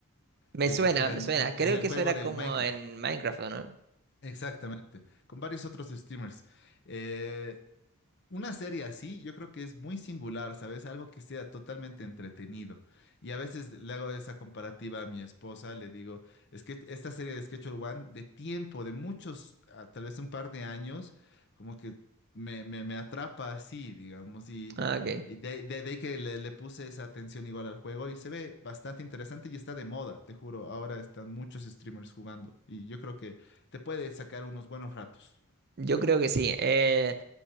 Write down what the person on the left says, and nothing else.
Eh,
era
en
en-
en el
juego
de
Minecraft.
Exactamente, con varios otros streamers. eh, Una serie así, yo creo que es muy singular, ¿sabes? Algo que sea totalmente entretenido. Y a veces le hago esa comparativa a mi esposa, le digo, es que esta serie de Schedule One, de tiempo, de muchos, ah, tal vez un par de años, como que me, me- me atrapa así, digamos, y,
y de, ahí de- de ahí que le, le puse esa atención igual al juego y se ve bastante interesante y está de moda, te juro, ahora están muchos streamers jugando y yo creo que te puede sacar unos buenos ratos.